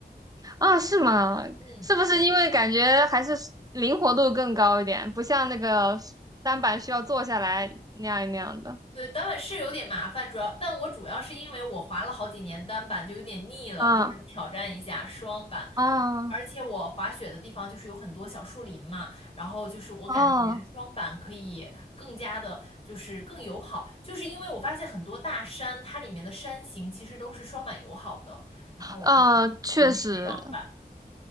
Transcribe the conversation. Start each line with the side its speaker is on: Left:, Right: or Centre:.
Right: 啊是吗？
Left: 嗯，
Right: 是不是因为感觉还是灵活度更高一点，
Left: 对。
Right: 不像那个单板需要坐下来那样那样的？
Left: 对，单板是有点麻烦，主要，但我主要是因为我滑了好几年单板，就有点腻了，
Right: 啊
Left: 就想挑战一下双板。
Right: 啊
Left: 而且我滑雪的地方就是有很多小树林嘛，然后就是我感觉双板可以更加的，
Right: 哦啊
Left: 就是更友好，就是因为我发现很多大山，它里面的山形其实都是双板友好的，然后我就想尝试双板。
Right: 呃，确实，